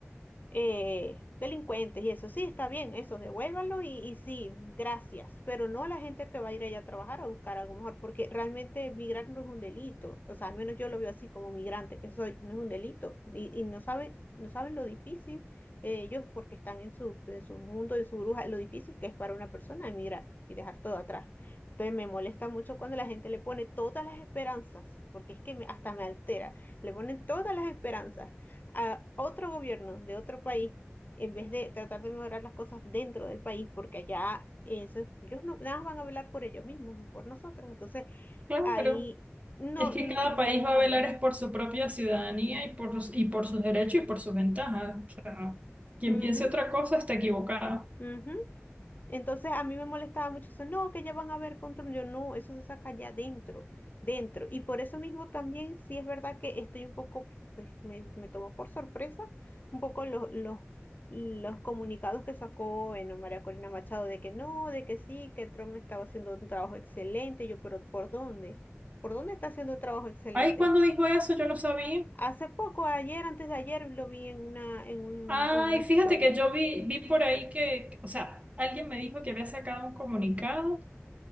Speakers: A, on the left; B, on the right.
A: eh, delincuentes y eso. Sí, está bien, eso, devuélvanlo y, y sí, gracias, pero no a la gente que va a ir allá a trabajar a buscar algo mejor, porque realmente migrar no es un delito, o sea, al menos yo lo veo así como migrante que soy, no es un delito y, y no saben, no saben lo difícil eh, ellos porque están en su, en su mundo, en su bruja, lo difícil que es para una persona emigrar y dejar todo atrás. Entonces me molesta mucho cuando la gente le pone todas las esperanzas, porque es que me- hasta me altera, le ponen todas las esperanzas a otro gobierno de otro país en vez de tratar de mejorar las cosas dentro del país, porque allá eso- ellos no, nada más van a velar por ellos mismos, no por nosotros. Entonces
B: Claro,
A: ahí no
B: Es
A: n-
B: que cada
A: nos están
B: país
A: sacando.
B: va a velar es por su propia ciudadanía y por, los- y por sus derechos y por sus ventajas. O sea, quien
A: Ujú,
B: piense otra cosa está equivocado.
A: ujú. Entonces a mí me molestaba mucho eso, no, que ya van a ver control, yo no, eso se saca ya dentro, dentro. Y por eso mismo también sí es verdad que estoy un poco, pues me, me tomó por sorpresa un poco los, los, los comunicados que sacó bueno, María Corina Machado de que no, de que sí, que Trump estaba haciendo un trabajo excelente, yo, pero ¿por dónde? ¿Por dónde está haciendo un trabajo excelente?
B: Ay, cuando dijo eso? Yo no sabía.
A: Hace poco, ayer, antes de ayer, lo vi en una, en un,
B: Ay,
A: en una historia.
B: fíjate que yo vi, vi por ahí que, o sea, alguien me dijo que había sacado un comunicado,